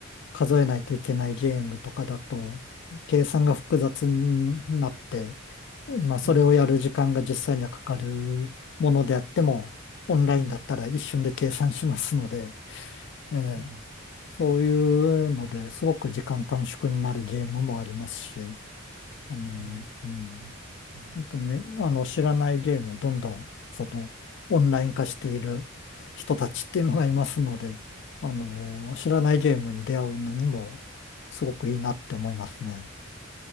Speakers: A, on the left (about 55°); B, on the right (about 80°).
A: 数えないといけないゲームとかだと、計算が複雑になって、まあ、それをやる時間が実際にはかかるものであっても、
B: うん、
A: オンラインだったら一瞬で計算しますので、
B: うん、
A: えー
B: うん、
A: そういうのですごく時間短縮になるゲームもありますし、あの、
B: うん、
A: うん、
B: うん。うん
A: 本当にあの知らないゲームをどんどんそのオンライン化している人たちっていうのがいますので、あの、知らないゲームに出会うのにもすごくいいなって思いますね。